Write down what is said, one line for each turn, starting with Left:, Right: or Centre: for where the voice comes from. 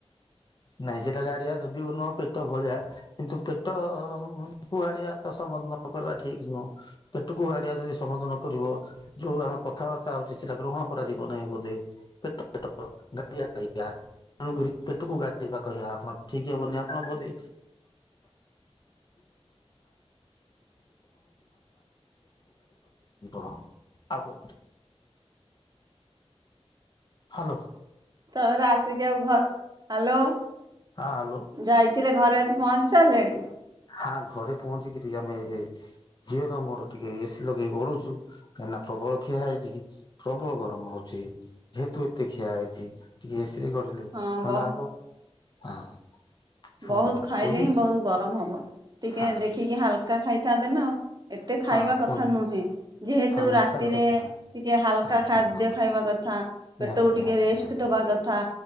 Left: ନାଇଁ ସେଟା ଗାଡିଆ ଯଦି ନୁହଁ, ପେଟ ଭଳିଆ କିନ୍ତୁ ପେଟ କୁ ଆଡିଆ ତ ସମ୍ ନ କରିବା ଠିକ ନୁହଁ, ପେଟକୁ ଗାଡିଆ ଯଦି ସମ୍ବଧ ନ କରିବ। ଯୋଉ ଆମେ କଥାବାର୍ତ୍ତା ହଉଛେ ସେଟା ଗ୍ରହଣ କରାଯିବ ନାହିଁ ବୋଧେ, ପେଟ ପେଟ, ଗାଡିଆ ଗାଡିଆ। ଆଣ ପେଟକୁ <inaudible> ଗାଡିବା କରିବା ଆପଣ ଠିକ ହବନି ଆପଣ ବୋଧେ <unintelligible> <unintelligible>
Right: <inaudible>
Left: ହାଲୋ।
Right: ତାପରେ ଆସିକି ଆଉ ଘ, ହାଲୋ
Left: ହ୍ୟାଲୋ
Right: ଯାଇଥିଲେ ଘରେ ପହଞ୍ଚି ସାରିଲେଣି।
Left: ହଁ ଘରେ ପହଞ୍ଚି କିଛି ଆମେ ଏବେ ଝିଅର ମୋର ଟିକେ ଏସିି ଲଗେଇି ଗଢୁଛୁ। କାହିଁକିନା ପ୍ରବଳ ଖିଆ ହେଇଛି, ପ୍ରବଳ ଗରମ ହଉଛି, ଯେହେତୁ ଏତେ ଖିଆ ହେଇଛି, ଟିକେ ଗଡ଼ିଲେ
Right: ହଁ
Left: ଥଣ୍ଡା
Right: ବ
Left: ହବ, ହଁ। ପୁଣି
Right: ବହୁତ ଖାଇଲେ
Left: କୋଲଡ୍ରିଙ୍କସ୍
Right: ହିଁ ବହୁତ ଗରମ ହବ, ଟିକେ
Left: ହଁ
Right: ଦେଖିକି ହାଲକା ଖାଇଥାନ୍ତେ ନା ଆଉ। ଏତେ ଖାଇବା
Left: ହଁ
Right: କଥା
Left: ପୁଣି
Right: ନୁହେଁ, ଯେହେତୁ
Left: ହଁ ନାଇଁ
Right: ରାତିରେ
Left: ଖାଇବା କଥା
Right: ଟିକେ ହାଲକା
Left: ହଁ
Right: ଖାଦ୍ୟ
Left: ହଁ ହଁ
Right: ଖାଇବା କଥା।
Left: ନିହାତି
Right: ପେଟକୁ
Left: ନିହାତି
Right: ଟିକେ ରେଷ୍ଟ
Left: ନିହାତି
Right: ଦବା କଥା,